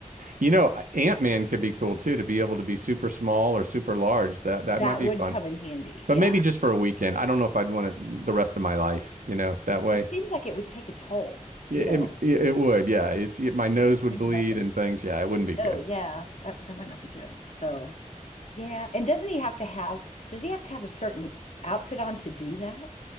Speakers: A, on the right (about 80°); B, on the left (about 55°).
A: You know, Ant-Man could be cool too to be able to be super small or super large. That that
B: That
A: might be
B: would
A: fun.
B: come in handy.
A: But
B: Yeah.
A: maybe just for a weekend. I don't know if I'd want it the rest of my life, you know, that way.
B: It seems like it would take a toll,
A: Yeah,
B: you
A: it
B: know,
A: yeah, it would. Yeah, it's it, my nose would
B: drinking
A: bleed
B: up and,
A: and things. Yeah, it wouldn't be good.
B: oh, yeah, that, that might not be good. So, yeah. And doesn't he have to have, does he have to have a certain outfit on to do that? Can't